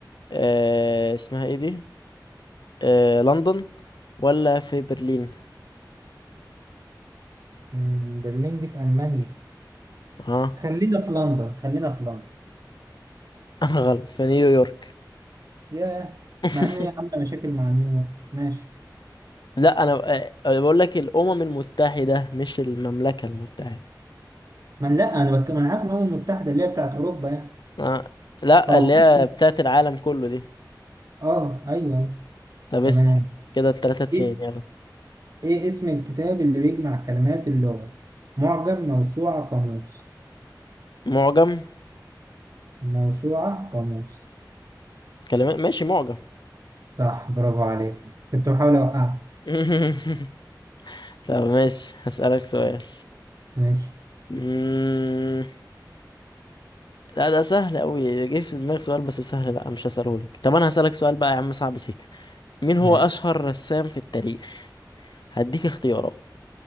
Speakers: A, on the left; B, on the right.
A: آه اسمها ايه دي آه لندن ولا في برلين
B: مم، برلين دي في ألمانيا
A: اه
B: خلينا في لندن خلينا في لندن
A: <laughs> انا غلط في نيويورك
B: ياه
A: <laughs>
B: مع ان هي عامله مشاكل مع نيويورك ماشي
A: لا انا آه، بقول لك الامم المتحده مش المملكه المتحده
B: ما أنا- لا انا بك... ما انا عارف ان الامم المتحده اللي هي بتاعت اوروبا يعني
A: آه. لا
B: توقعت
A: اللي هي بتاعت العالم كله دي
B: اه ايوه ايوه
A: طب
B: تمام
A: اسال كده التلاتة اتنين
B: ايه
A: يلا
B: ايه اسم الكتاب اللي بيجمع كلمات اللغه معجم موسوعه قاموس
A: معجم
B: موسوعه قاموس
A: كلمات ماشي معجم
B: صح برافو عليك كنت بحاول اوقعك
A: <laughs> طب ماشي هسألك سؤال
B: ماشي
A: مم... لا ده سهل قوي جه في دماغي سؤال بس سهل لا مش هسأله لك طب انا هسألك سؤال بقى يا عم صعب سيكا مين هو
B: ماشي
A: أشهر رسام في التاريخ هديك اختيارات